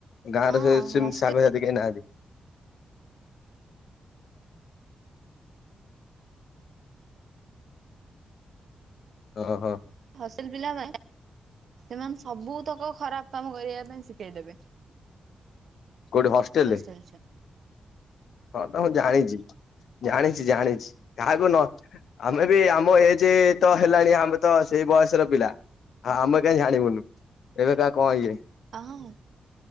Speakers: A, on the left (about 80°); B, on the right (about 65°).
A: ଗାଁ
B: ହଁ
A: ର ସେ ସେ
B: ହଷ୍ଟେଲ
A: ସାଙ୍ଗସଥି କେହି ନାହାନ୍ତି? ଓ ହଁ।
B: <inaudible> ସେମାନେ ସବୁତକ ଖରାପ କାମ କରିବା ପାଇଁ ଶିଖେଇଦେବେ।
A: କଉଠି ହଷ୍ଟେଲରେ
B: ହଷ୍ଟେଲ ଛୁଆ
A: ହଁ ତ ମୁଁ ଜାଣିଛି। ଜାଣିଛି ଜାଣିଛି କାହାକୁ ନ ଆମେ ବି ଆମ ଏଜ ତ ହେଲାଣି ଆମେ ତ ସେଇ ବୟସର ପିଲା। ହଁ ଆମେ କାଇହିଁ ଜାଣିବୁନୁ ଏବେ କାହା କଣ ଇଏ
B: ହଁ <unintelligible>